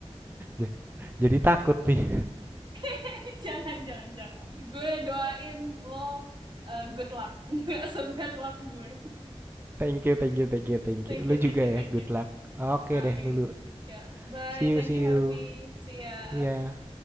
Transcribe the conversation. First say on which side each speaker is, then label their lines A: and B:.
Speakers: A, on the right; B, on the right.
A: Ja- Jadi takut nih. <laughs>
B: <laughs> Jangan, jangan, jangan. Gue doain lo eh, good luck. <laughs> Nggak sebad luck gue.
A: Thank you, thank you, thank you, thank
B: Thank
A: you.
B: you,
A: Lu juga
B: thank you,
A: ya,
B: thank
A: good
B: you.
A: luck. Oke
B: Amin.
A: deh, Lulu.
B: Ya, bye.
A: See
B: Thank
A: you, see
B: you,
A: you.
B: Harvey. See ya.
A: Iya.